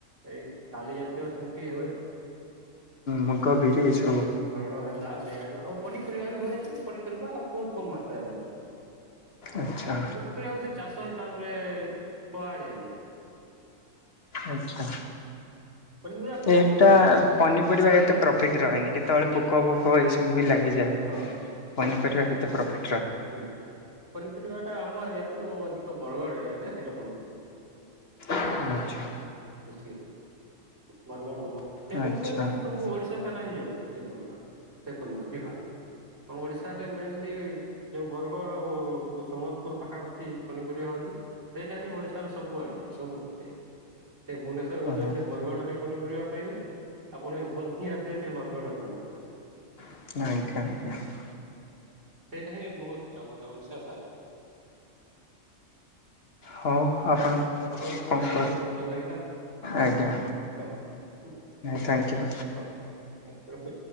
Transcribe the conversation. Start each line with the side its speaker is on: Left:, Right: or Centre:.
Right: ଏଇ ଡାଲି ଜାତୀୟ ସେମିତି ହୁଏ।
Left: ମୁଗ ବିରି ଏସବୁ
Right: ହର ହରଡ ହେଲା ସେ ହେଲା ଆଉ ପନିପରିବା ବି ହୁଏ ଯେ, ପନିପରିବା ବହୁତ କମ ମାତ୍ରାରେ ହୁଏ।
Left: ଆଚ୍ଛା
Right: ଯେ ପନିପରିବାକୁ ସେ ଚାଷ ହିସାବରେ କୁହାଯାଇନି।
Left: ଆଚ୍ଛା।
Right: ପନିପରିବା କରନ୍ତି
Left: ଏଇଟା
Right: କିନ୍ତୁ
Left: ପନିପରିବା ଏତେ ପ୍ରଫିଟ୍ ରହେନି କେତେବେଳେ ପୋକଫୋ ପୋକ ଏସବୁ ବି ଲାଗିଯାଏ
Right: ହଁ
Left: ପନିପରିବା ସେତେ ପ୍ରଫି
Right: ହୁଁ, ପନିପରିବାଟା ଆମ ଏରିଆରୁ ଅଧିକ ବରଗଡ ଏରିଆରେ ସେଇଟା ପନି
Left: ଆଚ୍ଛା।
Right: ବେଶୀ ହୁଏ, ବରଗଡ଼ ସମ୍ବ ସେ
Left: ଓ
Right: ପନିପରିବା ହିଁ ସବୁ ଓଡିଶା ସାରା ହିଁ ଯାଉଛି ସେ ପନିବା। ସେ ପନିପରିବା, ଆମ ଓଡିଶାରେ ମେନ୍ <inaudible> ଯୋଉ ବରଗଡ ଆଉ ସମ୍ବଲପୁର ପାଖାପାଖି ପନିପରିବା ହଉଛି। ସେଇଟା ହିଁ ଓଡିଶାର ସବୁ ଆଡେ ଯାଉ ସବୁ ପଟେ ଯାଉ ସେ ଭୁବନେଶ୍ବର ଗଲେ
Left: ଓ
Right: ବି ସେ ବରଗଡ଼ର ହିଁ ପନିପରିବା ପାଇବେ ଆପଣ <unintelligible> ଆସିବେ ସେଇ ବରଗଡ଼ର ହିଁ ପନିପରିବା ପାଇବେ।
Left: ଆଜ୍ଞା ଆଜ୍ଞା।
Right: ସେଇଟା ହିଁ ବହୁତ୍ ଆମର ଓଡିଶା ସାରା।
Left: ହଉ ଆପଣ
Right: ଆପଣ କଥା
Left: କଣ
Right: ହେଇ
Left: କର
Right: ବହୁତ ଭଲ ଲାଗିଲା।
Left: ଆଜ୍ଞା
Right: ହଁ, ହୁଁ
Left: ଥ୍ୟାଙ୍କୟୁ।
Right: ହଉ ଉଁ ରଖୁ